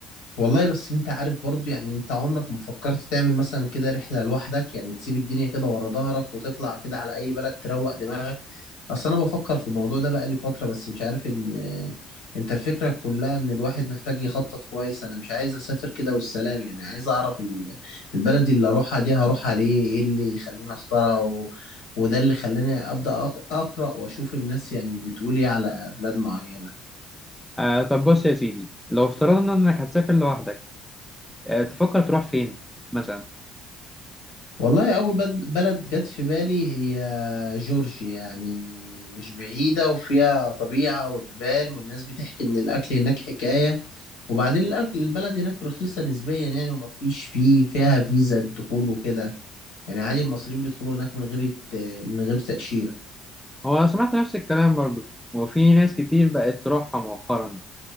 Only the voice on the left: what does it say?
والله بس انت عارف برضو يعني انت عمرك ما فكرت تعمل مثلا كده رحلة لوحدك يعني تسيب الدنيا كده ورا ظهرك وتطلع كده على اي بلد تروق دماغك اصل انا بفكر في الموضوع ده بقالي فترة بس مش عارف ان انت الفكرة كلها ان الواحد محتاج يخطط كويس انا مش عايز اسافر كده والسلام يعني عايز اعرف ال- البلد اللي اروحها دي هروحها ليه ايه اللي يخليني اختارها و... وده اللي خلاني ابدا أق- اقرا واشوف الناس يعني بتقول ايه على بلاد معينة
والله أول بل- بلد جت في بالي هي جورجيا يعني مش بعيدة وفيها طبيعة وجبال والناس بتحكي إن الأكل هناك حكاية وبعدين الأكل البلد هناك رخيصة نسبيا يعني وما فيش فيه فيها فيزا دخول وكده يعني عادي المصريين بيدخلوا هناك من غير يت- من غير تأشيرة